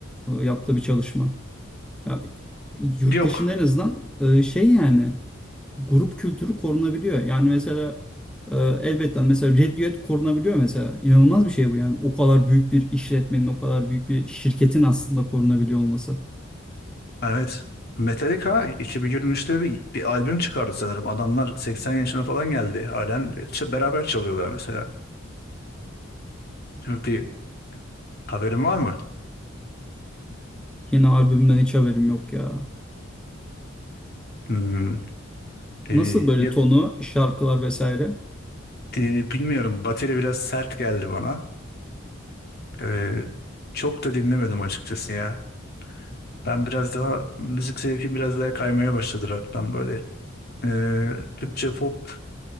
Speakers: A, in the centre; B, on the left (about 50°).
A: e, yaptığı bir çalışma? Yani yurt
B: yok.
A: dışında en azından e, şey yani grup kültürü korunabiliyor. Yani mesela e, elbette mesela Red Duet korunabiliyor mesela. İnanılmaz bir şey bu yani. O kadar büyük bir işletmenin, o kadar büyük bir şirketin aslında korunabiliyor olması.
B: Evet. Metallica 2023'te bir, bir albüm çıkardı sanırım. Adamlar 80 yaşına falan geldi. Halen işte beraber çalıyorlar mesela. Şimdi bir haberin var mı?
A: Yeni albümden hiç haberim yok ya.
B: Hmm, e,
A: Nasıl böyle
B: ya-
A: tonu, şarkılar vesaire?
B: e, bilmiyorum. Bateri biraz sert geldi bana. E, çok da dinlemedim açıkçası ya. Ben biraz daha müzik zevkim biraz daha kaymaya başladı rock'tan böyle. Ee, Türkçe pop